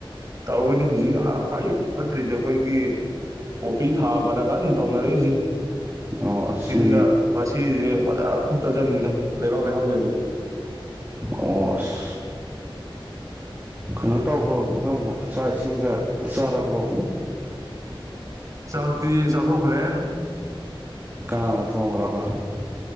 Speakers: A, on the right (about 35°); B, on the right (about 20°).
A: ꯇꯧꯅꯤ ꯍꯧꯖꯤꯛ ꯈ꯭ꯋꯥꯏ ꯐꯠꯇ꯭ꯔꯤꯁꯦ ꯑꯩꯈꯣꯏꯒꯤ ꯄꯣꯄꯤ ꯊꯥꯕꯅ ꯀꯟꯅ ꯇꯧꯅꯔꯛꯏꯁꯦ꯫
B: ꯑꯣ ꯑꯁ
A: ꯆꯤꯡꯒꯥ
B: ꯁꯤꯗꯤ
A: ꯃꯁ꯫ ꯁꯤꯁꯦ ꯐꯖ ꯐꯠꯇ ꯖꯥꯠꯅꯤꯗ ꯂꯩꯕꯥꯛ ꯂꯩꯍꯥꯎ ꯂꯩꯁꯨ
B: ꯑꯣ ꯑꯁ ꯀꯩꯅꯣ ꯇꯧꯕ꯭ꯔꯣ ꯅꯪꯕꯨ ꯆꯥꯛ ꯏꯁꯤꯡꯒ ꯆꯥꯔꯕ꯭ꯔꯣ
A: ꯆꯥꯛꯇꯤ ꯆꯥꯊꯣꯛꯈ꯭ꯔꯦ
B: ꯀꯅꯥꯅ ꯊꯣꯡꯈ꯭ꯔꯕ